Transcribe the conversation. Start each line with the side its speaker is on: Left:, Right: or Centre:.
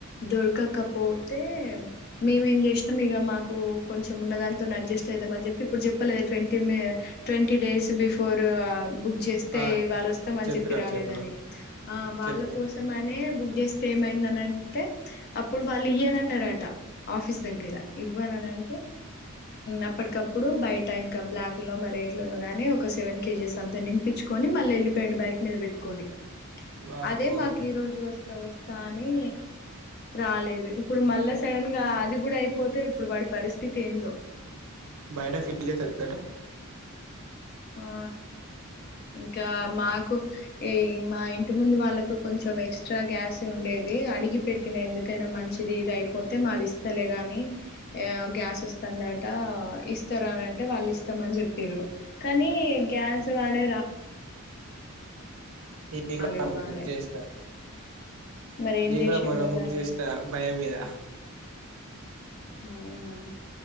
Left: దొరకకపోతే మేమేం చేసినాం ఇక మాకు కొంచెం ఉన్న దాంతోనీ అడ్జస్ట్ అయిదాం అని చెప్పి ఇప్పుడు చెప్పలేదు ట్వీ ట్వంటీ డేస్ బిఫోర్ బుక్ చేస్తే
Right: ఆ
Left: వాళ్ళు వస్తామని
Right: చెప్పినా
Left: చెప్పి రాలేదని
Right: చెప్పినా
Left: ఆ వాళ్ళ
Right: చెప్పినా
Left: కోసం అ బుక్ చేస్తే ఏమైందనంటే అప్పుడు వాళ్ళు ఇయ్యనన్నారట ఆఫీస్ దగ్గర ఇవ్వనన అంటే అప్పటికప్పుడు బయట ఇంకా బ్లాక్ లో మరి ఎట్లనో కానీ ఒక సెవెన్ కేజెస్ అంతా నింపించుకొని మళ్ళీ వెళ్ళిపోయిండు బైక్ మీద పెట్టుకొని
Right: వామ్మో
Left: అదే మాకు ఈ రోజు వస్త వస్తా అని రాలేదు ఇప్పుడు మళ్ళా సడన్ గా అది కూడా అయిపోతే ఇప్పుడు వాడి పరిస్థితి ఏందో
Right: బయిట <unintelligible>
Left: ఆ ఇంకా మాకు ఈ మా ఇంటి ముందు వాళ్ళకు కొంచెం ఎక్స్ట్రా గ్యాస్ ఉండేది అడిగి పెట్టిన ఎందుకైనా మంచిది ఇది అయిపోతే మాది ఇస్తలే గాని గ్యాస్ వస్తుందట ఇస్తారా అనింటే వాళ్ళు ఇస్తామని చెప్పిరు కానీ గ్యాస్ వాడే రా
Right: నేను
Left: రాలేదు
Right: కూడా
Left: వాడే
Right: బుక్ చేసినా
Left: మరి ఏం
Right: నేను
Left: చేసిండో
Right: కూడా మొన్న ముక్
Left: దాన్ని
Right: చేస్తా భయం మీద
Left: అవునా